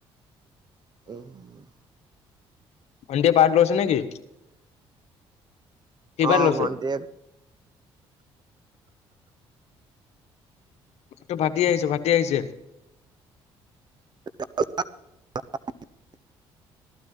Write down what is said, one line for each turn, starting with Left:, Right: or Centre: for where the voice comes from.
Right: উম।
Left: ভন্টিয়ে পাৰ্ট লৈছে নে কি?
Right: অঁ
Left: পাৰ্ট লৈছে?
Right: ভণ্টিয়ে
Left: মাতটো ফাটি আহিছে ফাটি আহিছে।
Right: <unintelligible>